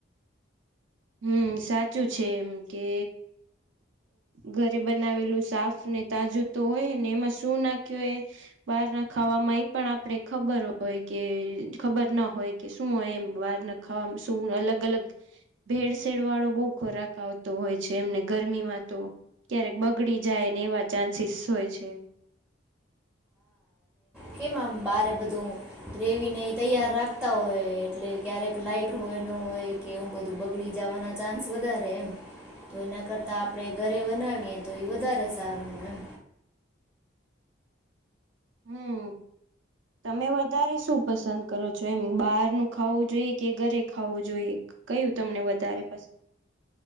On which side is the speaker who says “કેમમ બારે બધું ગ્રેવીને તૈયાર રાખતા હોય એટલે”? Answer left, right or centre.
Centre